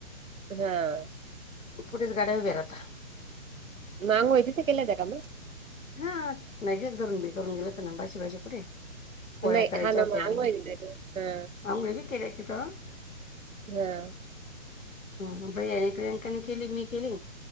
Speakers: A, on the right; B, on the left.
A: ह
B: पुढेच गाड्या उभ्या राहता.
A: मागूय तिथ केल्या त्या का मग
B: हा नाही का करून बी करून गेलंत ना भाजी भाजी पुठे. पोळ्या
A: नाही
B: करायच्या
A: हा ना
B: होत्या
A: मग आंघोळ तिथे हा
B: आंबुळ्या भी केल्या की ग
A: हा
B: म बै प्रियांकाने केली मी केली